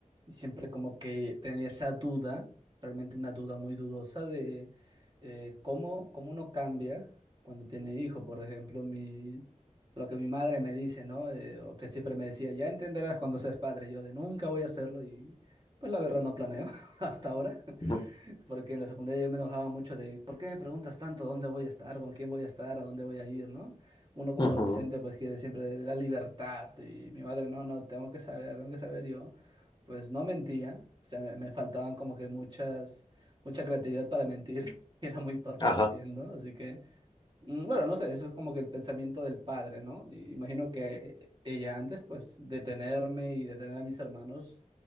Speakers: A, on the right; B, on the left.
A: Y siempre como que tenía esa duda, realmente una duda muy dudosa de eh, cómo, cómo uno cambia cuando tiene hijo. Por ejemplo, mi, lo que mi madre me dice, ¿no? Eh, o que siempre me decía, ya entenderás cuando seas padre. Yo de nunca voy a hacerlo y pues la verdad no planeo <laughs> hasta ahora.
B: Ujú,
A: Porque en la secundaria yo me enojaba mucho de, ¿por qué me preguntas tanto dónde voy a estar, con quién voy a estar, a dónde voy a ir, ¿no? Uno como
B: ujú,
A: adolescente pues quiere siempre la libertad y mi madre, no, no, tengo que saber, tengo que saber yo. Pues no mentía, o sea, me, me faltaban como que muchas, mucha creatividad para mentir, <laughs> y era muy torpe
B: Ajá.
A: mintiendo, así que Mm, Bueno, no sé, eso es como que el pensamiento del padre, ¿no? Y Imagino que ella antes, pues, de tenerme y de tener a mis hermanos,